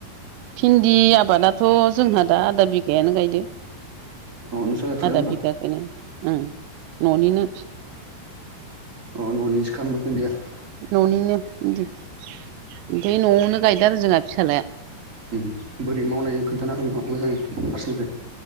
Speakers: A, on the right (about 85°); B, on the right (about 25°).
A: भिन्दि आबादाथ' जोंहा दा आदा बिगायानो गायदो
B: अ नोंसो गायखादो
A: आदा
B: होमबा
A: बिगाखोनो ओ न'निनो
B: अ ननि <unintelligible>
A: न'निनोदि ओमफ्राय न'आवनो गायदो आरो जोंहा फिसालाया
B: ओम बोरै मावनाय खोन्थानो हागोन नामा मोजांङै फासनिफ्राय